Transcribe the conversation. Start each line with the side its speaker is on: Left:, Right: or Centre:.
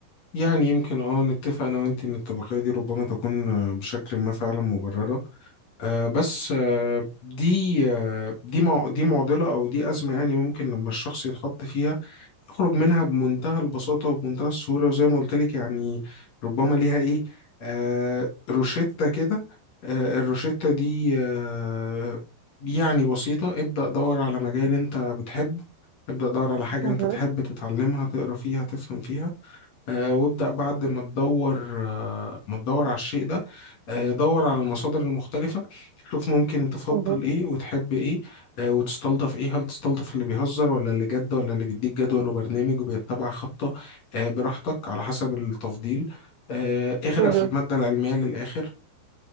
Left: يعني يمكن اه نتفق انا وانت ان الطبقية دي ربما تكون آه، بشكل ما فعلا مبررة آه بس آه دي آه دي مع دي معضلة او دي ازمة يعني ممكن لما الشخص يتحط فيها يخرج منها بمنتهى البساطة وبمنتهى السهولة وزي ما قلت لك يعني ربما ليها ايه آه روشتة كده آه الروشتة دي آه يعني بسيطة ابدأ دور على مجال انت بتحبه ابدأ دور على حاجة
Right: مهم.
Left: انت تحب تتعلمها تقرا فيها تفهم فيها آه، وابدأ بعد ما تدور آه، ما تدور على الشيء ده آه، دور على المصادر المختلفة شوف ممكن تفضل
Right: مهم.
Left: ايه وتحب ايه آه، وتستلطف ايه هل تستلطف اللي بيهزر ولا اللي جد ولا اللي بيديك جدول وبرنامج وبيتبع خطة آه، براحتك على حسب التفضيل آه، اغرق
Right: مهم.
Left: في المادة العلمية للآخر